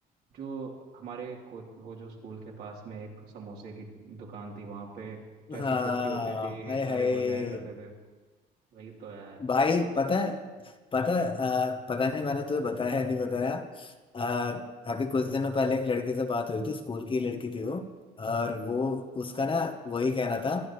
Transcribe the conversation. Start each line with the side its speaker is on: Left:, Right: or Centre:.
Right: जो हमारे को वो जो स्कूल के पास में एक समोसे की दुकान थी वहाँ पे जैसे
Left: हाँ
Right: छुट्टी होती थी
Left: हाय
Right: सारे
Left: हाय
Right: घुस जाया करते थे वही तो यार
Left: भाई पता है पता अ, पता नहीं मैंने तुम्हें बताया नहीं बताया अ, अभी कुछ दिनों पहले एक लड़के से बात हुई थी स्कूल की लड़की थी वो और वो उसका ना वही कहना था